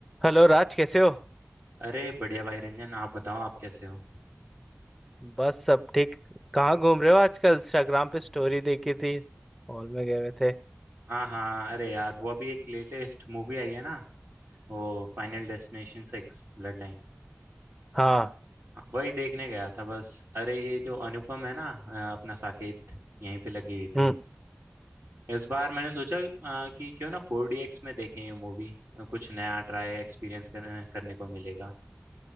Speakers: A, in the centre; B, on the right (about 80°).
A: Hello Raj कैसे हो
B: अरे बढ़िया भाई रंजन आप बताओ आप कैसे हो
A: बस सब ठीक कहाँ घूम रहे हो आजकल इंस्टाग्राम पे स्टोरी देखी थी हॉल में गए हुए थे
B: हाँ हाँ अरे यार वो अभी एक लेटेस्ट मूवी आई है ना वो final destination six blood line
A: हाँ
B: वही देखने गया था बस अरे ये जो अनुपम है ना अ, अपना साकेत यहीं पे लगी हुई थी
A: हम्म
B: इस बार मैंने सोचा अ, कि क्यों ना फोर डी एक्स में देखें ये मूवी कुछ नया ट्राई एक्सपीरियंस कर, करने को मिलेगा